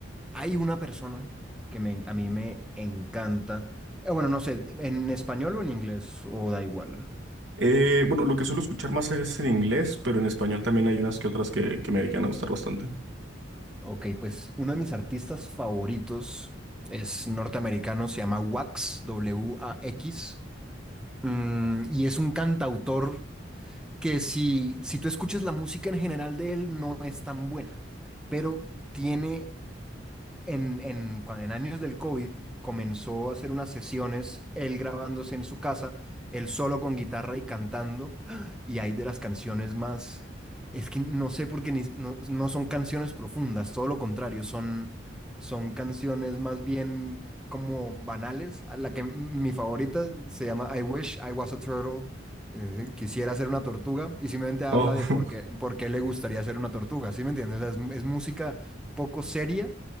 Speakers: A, in the centre; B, on the right (about 70°).
A: hay una persona que me, a mí me encanta. Eh, bueno, no sé, en español o en inglés, o da igual.
B: Eh, bueno, lo que suelo escuchar más es en inglés, pero en español también hay unas que otras que, que me llegan a gustar bastante.
A: Ok, pues uno de mis artistas favoritos es norteamericano, se llama Wax, W-A-X, mm, y es un cantautor. que si, si tú escuchas la música en general de él, no es tan buena, pero tiene en, en, cuan- en años del COVID comenzó a hacer unas sesiones, él grabándose en su casa, él solo con guitarra y cantando, y hay de las canciones más, es que no sé por qué ni- no, no son canciones profundas, todo lo contrario, son, son canciones más bien como banales. A La que mi favorita se llama I Wish I Was a Turtle. eh, quisiera ser una tortuga y simplemente habla
B: Oh.
A: de por
B: <laughs>
A: qué, por qué le gustaría ser una tortuga, ¿sí me entiendes? O sea, es es música poco seria,